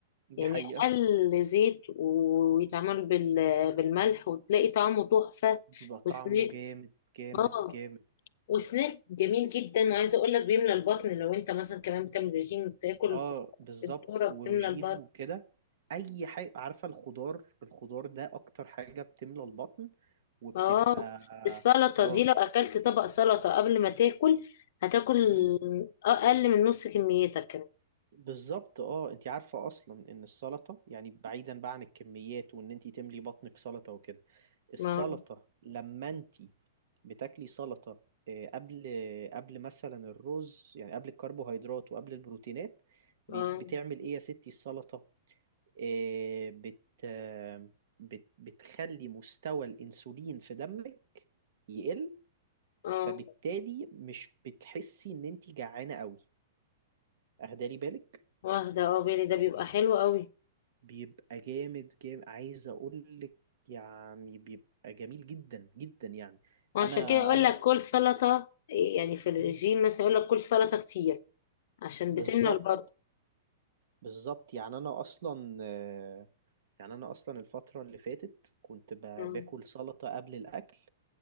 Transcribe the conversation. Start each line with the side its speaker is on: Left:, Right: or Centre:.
Right: دي
Left: يعني
Right: حقيقة
Left: أقل زيت ويتعمل بال- بالملح وتلاقي طعمه تحفة
Right: بيبقى طعمه
Left: وسناك
Right: جامد جامد
Left: اه
Right: جامد
Left: وسناك جميل جدا وعايزة اقول لك بيملى البطن لو انت مثلا كمان بتعمل ريجيم بتاكل
Right: اه
Left: الفشار
Right: بالظبط
Left: الذرة
Right: وروجيم
Left: بتملى البطن
Right: وكده اي حاجة عارفة الخضار الخضار ده اكتر حاجة بتملى البطن وبتبقى
Left: اه السلطة
Right: اه
Left: دي لو اكلت طبق سلطة قبل ما تاكل هتاكل
Right: مم.
Left: اقل من نص كميتك كمان
Right: بالظبط اه انت عارفة اصلا ان السلطة يعني بعيدا بقى عن الكميات وان انت تملي بطنك سلطة وكده السلطة
Left: ما
Right: لما انت بتاكلي سلطة آه، قبل قبل مثلا الرز يعني قبل الكربوهيدرات وقبل البروتينات بت-
Left: اه
Right: بتعمل ايه يا ستي السلطة آه، بت آه، بت بتخلي مستوى الانسولين في دمك يقل
Left: اه
Right: فبالتالي مش بتحسي ان انت جعانة قوي اهدالي بالك
Left: واخدة اه بالي ده بيبقى حلو قوي
Right: بيبقى جامد جامد عايز اقول لك يعني بيبقى جميل جدا جدا يعني
Left: وعشان
Right: انا
Left: كده اقول
Right: انا
Left: لك كل سلطة يعني في الرجيم
Right: مم.
Left: مثلا يقول لك كل سلطة كتير عشان
Right: بالظبط
Left: بتمنع البطن
Right: بالظبط يعني انا اصلا آه، يعني انا اصلا الفتره اللي فاتت كنت ب-
Left: اه
Right: باكل سلطه قبل الاكل